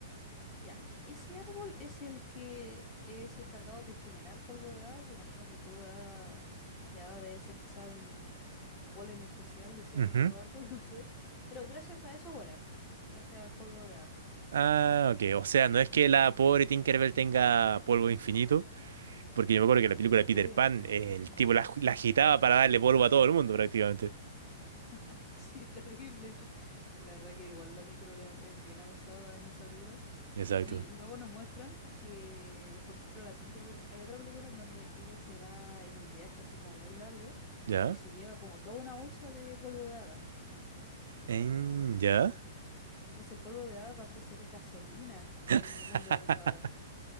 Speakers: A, on the left; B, on the right.
A: Ya, ese árbol es el que es encargado de generar polvo de hada, que imagino que el polvo de hada, de hada debe ser quizá un polen especial de cierto
B: ujú.
A: árbol, <laughs> no sé. Pero gracias a eso vuelan, gracias al polvo de hadas.
B: Ah, ok. O sea, no es que la pobre Tinkerbell tenga polvo infinito, porque yo me acuerdo que en la película
A: Sí.
B: de Peter Pan, eh, el tipo la, la agitaba para darle polvo a todo el mundo prácticamente.
A: <laughs> Sí, es terrible. Sí, la verdad que igual la Tinkerbell es es bien abusada en esa película.
B: Exacto.
A: Y luego nos muestran que, por ejemplo, la Tinkerbell, hay otra película en donde ella se va en un viaje así como muy largo
B: ¿Ya?
A: y se lleva como toda una bolsa de polvo de hadas.
B: Mm, ¿Ya?
A: Entonces el polvo de hadas pasa a ser gasolina en
B: <laughs>
A: el mundo de las hadas.